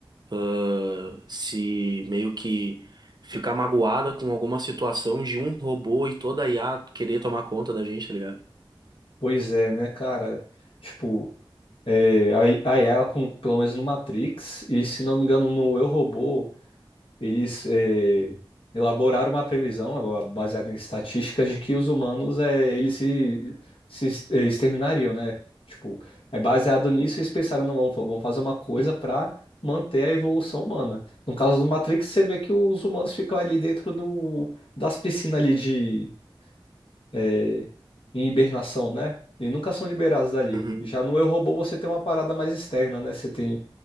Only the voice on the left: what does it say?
Pois é, né, cara? Tipo, é, a I- a IA, com- pelo menos no Matrix, e se não me engano no Eu, Robô. Eles eh, elaboraram uma previsão eh, baseada em estatísticas de que os humanos eh, eles se, se ex- eh, exterminariam, né? Tipo, é baseado nisso eles pensaram, não, vamos, fa- vamos fazer uma coisa para manter a evolução humana. No caso do Matrix, você vê que os humanos ficam ali dentro do, das piscinas ali de eh, em hibernação, né? E nunca são liberados dali.
Já no Eu, Robô você tem uma parada mais externa, né? Você tem